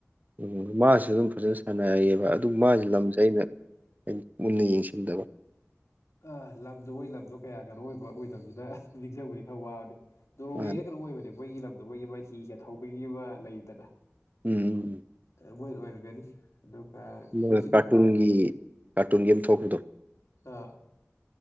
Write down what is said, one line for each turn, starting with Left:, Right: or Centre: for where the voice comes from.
Right: ꯎꯝ ꯃꯥꯁꯨ ꯑꯗꯨꯝ ꯐꯖꯅ ꯁꯥꯟꯅꯩꯌꯦꯕ ꯑꯗꯨ ꯃꯥꯁꯦ ꯂꯝꯁꯦ ꯑꯩꯅ ꯑꯩꯅꯥ ꯃꯨꯟꯅꯥ ꯌꯦꯡꯁꯤꯟꯗꯕ
Left: ꯑ ꯂꯝꯗꯣ ꯃꯣꯏ ꯂꯝꯗꯣ ꯀꯌꯥ ꯀꯩꯅꯣ ꯑꯣꯏꯕ ꯑꯣꯏꯗꯕꯅꯤꯅ ꯑꯁ ꯅꯤꯡꯁꯤꯡꯕꯗꯤ ꯈꯔ ꯋꯥꯕꯅꯦ ꯅꯣꯔꯋꯦꯔ
Right: ꯃꯥꯅ
Left: ꯔꯥ ꯀꯩꯅꯣꯝ ꯑꯣꯏꯕꯅꯦ ꯃꯣꯏꯒꯤ ꯂꯝꯗꯣ ꯃꯣꯏꯒꯤ ꯃꯥꯏꯊꯤꯒ ꯊꯧꯕꯒꯤ ꯑꯃ ꯂꯩꯗꯅ
Right: ꯎꯝ
Left: ꯃꯣꯏ ꯑꯣꯏꯔꯝꯒꯅꯤ ꯑꯗꯨꯒ
Right: ꯎꯝ
Left: ꯍꯨꯖꯤꯛ
Right: ꯀꯥꯔꯇꯨꯟꯒꯤ
Left: ꯅꯨꯡꯗꯥꯡ
Right: ꯀꯥꯔꯇꯨꯟ ꯒꯦꯝ ꯊꯣꯛꯄꯗꯣ
Left: ꯑ